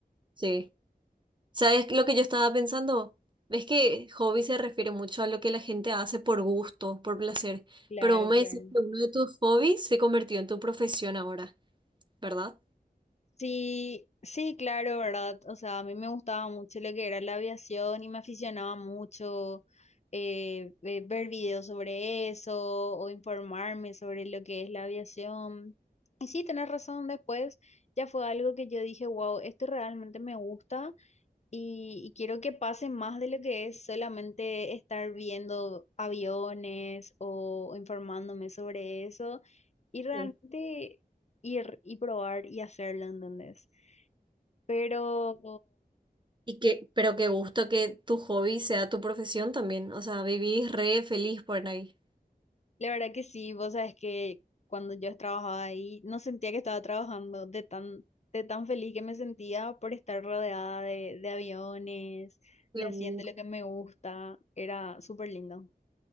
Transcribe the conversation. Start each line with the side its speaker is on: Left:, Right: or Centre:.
Right: Sí. ¿Sabes lo que yo estaba pensando? Ves que hobby se refiere mucho a lo que la gente hace por gusto, por placer,
Left: Claro,
Right: pero vos me
Left: claro.
Right: decís que uno de tus hobbies se convirtió en tu profesión ahora, ¿verdad?
Left: Sí, sí, claro, ¿verdad? O sea, a mí me gustaba mucho lo que era la aviación y me aficionaba mucho eh, ve- ver videos sobre eso o informarme sobre lo que es la aviación. Y sí, tenés razón, después ya fue algo que yo dije, wow, esto realmente me gusta y, y quiero que pase más de lo que es solamente estar viendo aviones o informándome sobre eso y realmente
Right: Sí.
Left: ir y probar y hacerlo, ¿entendés? Pero
Right: Y que, pero qué gusto que tu hobby sea tu profesión también. O sea, vivís re feliz por ahí.
Left: la verdad que sí, vos sabes que cuando yo trabajaba ahí no sentía que estaba trabajando de tan, de tan feliz que me sentía por estar rodeada de, de aviones,
Right: Qué
Left: de haciendo
Right: gusto,
Left: lo que me gusta, era súper lindo.